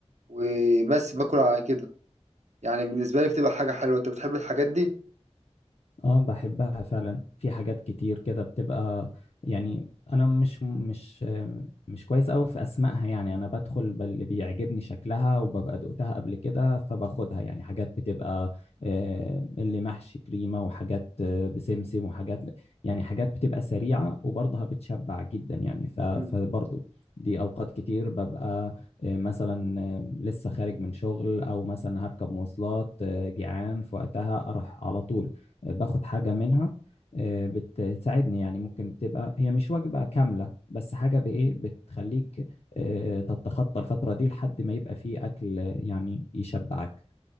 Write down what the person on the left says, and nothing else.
اه بحبها فعلا في حاجات كتير كده بتبقى يعني انا مش مش مش كويس قوي في اسمائها يعني انا بدخل باللي بيعجبني شكلها وببقى دقتها قبل كده فباخدها يعني حاجات بتبقى آه، اللي محشي كريمة وحاجات آه، بسمسم وحاجات يعني حاجات بتبقى سريعة وبرضها بتشبع جدا يعني ف- فبرضه
دي اوقات كتير ببقى آه، مثلا آه، لسه خارج من شغل او مثلا هركب مواصلات آه، جيعان في وقتها اروح على طول باخد حاجة منها آه، بتساعدني يعني ممكن بتبقى هي مش وجبة كاملة بس حاجة بإيه بتخليك آه، تتخطى الفترة دي لحد ما يبقى فيه أكل آه، يعني يشبعك